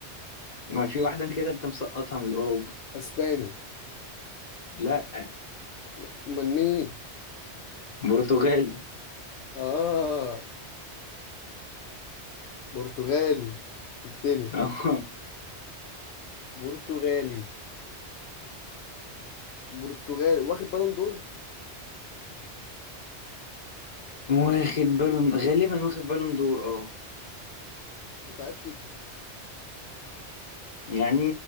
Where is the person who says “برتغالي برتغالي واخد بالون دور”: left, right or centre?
Left